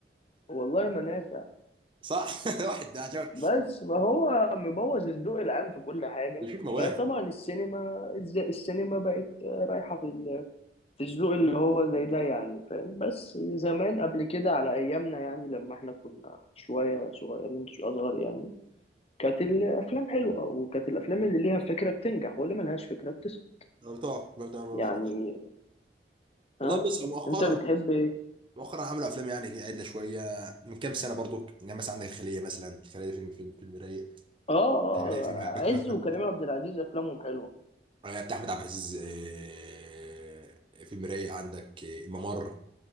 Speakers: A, on the left; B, on the right.
A: والله ما نافع
B: صح <laughs> واحد ده عشان
A: بس ما هو مبوظ الذوق العام في كل حاجة
B: بيشوف مواهب
A: فطبعا السينما الز- السينما بقت رايحة في ال الذوق اللي هو زي ده يعني فاهم بس زمان قبل كده على ايامنا يعني لما احنا كنا شويه صغيرين شويه اصغر يعني كانت الافلام حلوه وكانت الافلام اللي ليها فكره بتنجح واللي ملهاش فكره بتسقط
B: بتوع بتوع-
A: يعني ها
B: والله بص مؤخرا
A: انت بتحب ايه
B: مؤخرا عملوا افلام يعني عدله شويه من كام سنه برضو يعني مثلا عندك الخليه مثلا الخليه دي فيلم فيلم فيلم رايق
A: اه اه
B: فيلم رايق فيلم باتمان
A: عز وكريم عبد العزيز افلامهم حلوه
B: آه، بتاع احمد عبد العزيز آه، فيلم رايق عندك آه، الممر